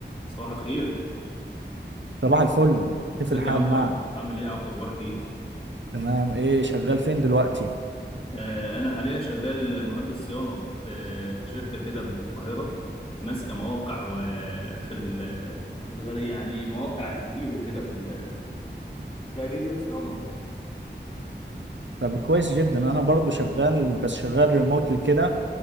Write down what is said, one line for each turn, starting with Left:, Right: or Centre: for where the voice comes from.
Left: صباح الخير
Right: صباح الفل كيف
Left: ازيك
Right: الحال
Left: يا عبدو
Right: معك
Left: عامل ايه يا عبدو اخبارك ايه
Right: تمام ايه شغال فين دلوقتي
Left: آه انا حاليا شغال مهندس صيانه في في شركه كده في القاهره ماسكه مواقع وفي الغالي يعني مواقع كتير وكده في ال- في اجهزه صيانه وكده
Right: طب كويس جدا انا برضو شغال بس شغال ريموتلي كده